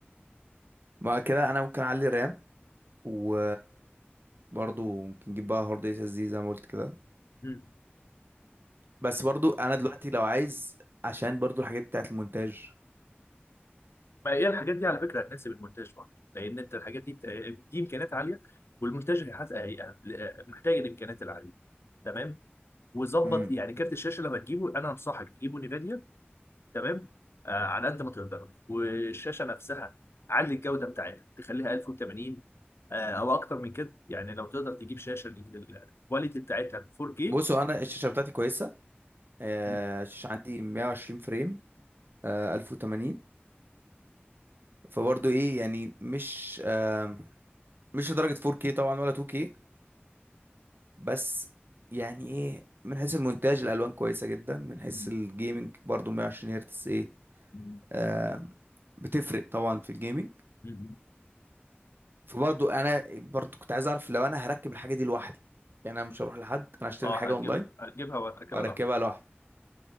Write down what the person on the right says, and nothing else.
بعد كده انا ممكن اعلي رام و برضه ممكن نجيب بقى هارد اس اس دي زي ما قلت كده
بس برضو انا دلوقتي لو عايز عشان برضو الحاجات بتاعت المونتاج
امم
بصوا انا الشاشه بتاعتي كويسه آه،
الشاشه عندي 120 فريم آه، 1080 فبرضو ايه يعني مش آه، مش لدرجه 4K طبعا ولا 2K بس يعني ايه من حيث المونتاج الالوان كويسه جدا من حيث
الجيمنج برضو 120 هرتز ايه
آه، بتفرق طبعا في الجيمنج
فبرضو انا برضو كنت عايز اعرف لو انا هركب الحاجه دي لوحدي يعني انا مش هروح لحد انا هشتري
الحاجه
اونلاين
واركبها
لوحدي